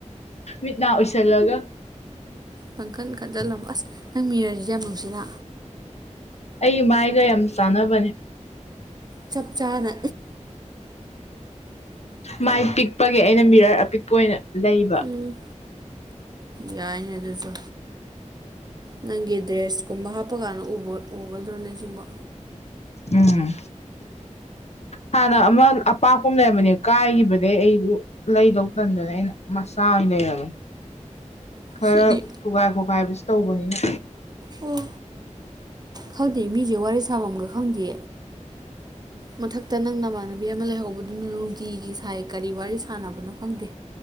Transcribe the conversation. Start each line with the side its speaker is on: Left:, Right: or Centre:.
Left: ꯃꯤꯠ ꯅꯥ ꯎꯏꯁꯜꯂꯒ
Right: ꯄꯡꯈꯟ ꯈꯟꯖꯜꯂꯝꯃꯣ ꯑꯁ ꯅꯪ ꯃꯤꯔꯔꯖꯤꯖꯨ ꯌꯥꯝ ꯅꯨꯡꯁꯤꯅ
Left: ꯑꯩ ꯃꯥꯏꯒ ꯌꯥꯝ ꯆꯥꯟꯅꯕꯅꯦ
Right: ꯆꯞ ꯆꯥꯅ
Left: ꯃꯥꯏ ꯄꯤꯛꯄꯒꯤ ꯑꯩꯅ ꯃꯤꯔꯔ ꯑꯄꯤꯛꯄ ꯑꯣꯏꯅ ꯂꯩꯕ
Right: ꯎꯝ ꯌꯥꯏꯅꯦ ꯑꯗꯨꯁꯨ ꯅꯪꯒꯤ ꯗ꯭ꯔꯦꯁꯀꯨꯝꯕ ꯍꯥꯞꯄꯀꯥꯟꯗ ꯎꯕ ꯎꯒꯗ꯭ꯔꯣꯅꯦ ꯁꯤꯕꯣ
Left: ꯎꯝ ꯍꯥꯟꯅ ꯑꯃ ꯑꯄꯥꯛꯄꯝ ꯂꯩꯔꯝꯕꯅꯦ ꯀꯥꯏꯒꯤꯕ ꯗꯩꯩ ꯑꯩꯕꯨ ꯂꯩꯗꯧ ꯇꯟꯗꯅ ꯑꯩꯅ ꯃꯆꯥ ꯑꯣꯏꯅ ꯂꯩꯔꯕꯅꯦ ꯈꯔ
Right: ꯁꯤꯗꯤ
Left: ꯊꯨꯒꯥꯏ ꯈꯣꯈꯥꯏꯕꯁꯤ ꯇꯧꯕꯅꯤꯅ
Right: ꯑꯣ ꯈꯪꯗꯦ ꯃꯤꯁꯦ ꯋꯥꯔꯤ ꯁꯥꯐꯝꯒ ꯈꯪꯗꯦ ꯃꯊꯛꯇ ꯅꯪ ꯅꯃꯥꯟꯅꯕꯤ ꯑꯃ ꯂꯩꯍꯧꯕꯗꯨꯅ ꯅꯨꯡꯇꯤꯒꯤ ꯁꯥꯏ ꯀꯔꯤ ꯋꯥꯔꯤ ꯁꯥꯟꯅꯕꯅꯣ ꯈꯪꯗꯦ